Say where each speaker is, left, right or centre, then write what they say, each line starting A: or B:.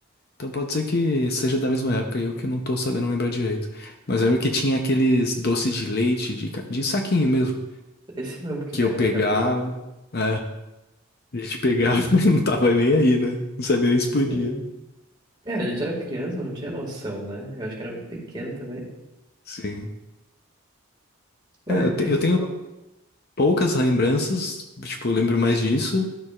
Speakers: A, on the left (about 45°); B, on the right (about 20°).
A: Então pode ser que seja da mesma época e eu que não tô sabendo lembrar direito. Mas eu lembro que tinha aqueles doces de leite, de, ca- de saquinho mesmo,
B: Esse mesmo que
A: que
B: veio
A: eu
B: na
A: pegava.
B: minha cabeça.
A: É, a gente pegava, <laughs> não tava nem aí, né? Não sabia nem se podia.
B: Sim. É, a gente era criança, não tinha noção, né? Eu acho que era muito pequeno também.
A: Sim.
B: Mas
A: É, eu, te-
B: é
A: eu
B: isso.
A: tenho poucas lembranças, tipo, eu lembro mais disso,